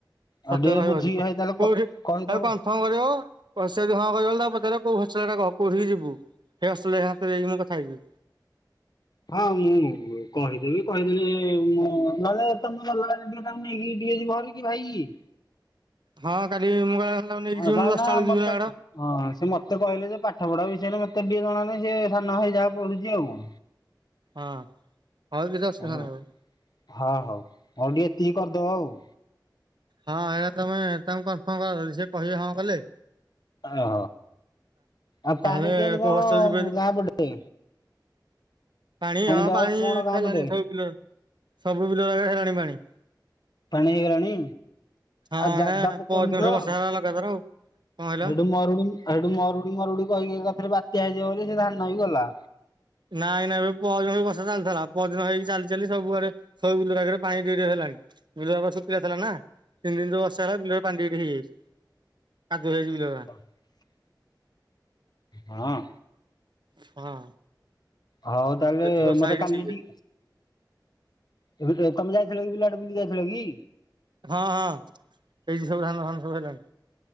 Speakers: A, on the left; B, on the right.
A: ଆଉ
B: ସତ୳
A: ଟିକେ
B: ରହିବ
A: ବୁଝିକି
B: ଅଧିକ
A: ଭାଇ ତାହେଲେ କ
B: କୋଉଠି
A: କହିଦବ।
B: ଆଉ କନଫର୍ମ କରିହବ। ଓ ସିଏ ଯଦି ହଁ କରିବଲେ ତା ପଚାରିବ କୋଉ ହଷ୍ଟେଲଟା କୋଉଠିକି ଯିବୁ। ହେଇ ହଷ୍ଟେଲ <unintelligible> ମୁ କଥା ହେଇଯିବି।
A: ହଁ ମୁଁ କହିଦେବି କହିଦେଲେ ମୁଁ ନହେଲେ ତମେ ଗଲାଆଳେ ଟିକେ ତାକୁ ନେଇକି ଟିକିଏ ଯିବ ଭାରିକି ଭାଇକି।
B: ହଁ କାଲି ମୁଁ ଗଲାବେଳେ ନେଇକି
A: ହଁ
B: ଯିମି
A: କାହିଁକି
B: ମୁଁ ଦଶାଟା
A: ନା
B: ବେଳକୁ
A: ମତେ
B: ଯିବି ଆଡ।
A: ହଁ ସେ ମତେ କହିଲେ ଯେ ପାଠ ପଢା ବିଷୟରେ ମତେ ଟିକିଏ ଜଣା ନାହିଁ ସେ ସାନ ଭାଇ ଯାହା ପଢୁଚି ଆଉ କଁ?
B: ହଁ ହଲ କିଛି ଅସୁବିଧା
A: ହଉ
B: ନାହିଁ ଆଉ।
A: ହଁ ହଉ ମୋର ଟିକେ ଏତିକି କରିଦବ ଆଉ।
B: ହଁ ଏଇରା ତମେ ତାଙ୍କୁ କନଫର୍ମ କରନି ସେ କହିବେ ହଁ କଲେ
A: ଓହୋ ଆଉ
B: ତାହେଲେ
A: ପାଣି କେମିତି
B: କୋଉ ହଷ୍ଟେଲ
A: କଣ
B: ଯିବେ ଯଦି
A: ଗାଁ ପଟେ?
B: ପାଣି ହଁ
A: ପାଗ
B: ପାଣି
A: କଣ ଗାଁ
B: ହେଲାଣି
A: ପଟେ?
B: ସବୁ ବିଲର ସବୁ ବିଲରାରେ ହେଲାଣି ପାଣି।
A: ପାଣି ହେଇଗଲାଣି।
B: ହଁ
A: ଆଉ ଯାଦା
B: ନା
A: ପକଉନି
B: ପରଦିନଠୁ
A: ତ
B: ବର୍ଷା
A: ଏଉଠୁ
B: ହେଲା ଲଗାତାର ଆଉ କଣ କହିଲ
A: ମରୁଡି ଆଉ ହେଠୁ ମରୁଡି ମରୁଡି କହିକି ଏକାଥରେ ବାତ୍ୟା ହେଇଯିବ ବୋଲି ସେ ଧାନ ବି ଗଲା।
B: ନାଇଁ ନାଇଁ ଭାଇ ପହରଦିନ ବି ବର୍ଷା ଚାଲଥିଲା ପହରଦିନ ହେଇକି ଚାଲି ଚାଲି ସବୁଆଡେ ସବୁ ବିଲରାକରେ ପାଣି ଟିକେ ଟିକେ ହେଲାଣି ବିଲରାକ ଶୁଖିଲା ଥିଲା ନା। ତିନି ଦିନ ଯୋଉ ବର୍ଷା ହେଲା ବିଲରେ ପାଣି ଟିକେ ଟିକେ ହେଇଯାଇଛି, କାଦୁଅ ହେଇଯାଇଛି ବିଲରା।
A: <inaudible> ହଁ
B: ହଁ।
A: ହଉ ତାହେଲେ
B: ଯେତିକି ବର୍ଷା
A: ମତେ
B: ହେଇଛି
A: କାଲି
B: ଠିକ୍ ଅଛି
A: ଟି ଏବେ ତ ତମେ ଯାଇଥିଲ କି ବିଲଆଡ଼େ ବୁଲି ଯାଇଥିଲ କି?
B: ହଁ ହଁ ହେଇଚି ସବୁ ଧାନ ଫାନ ସବୁ ହେଲାଣି।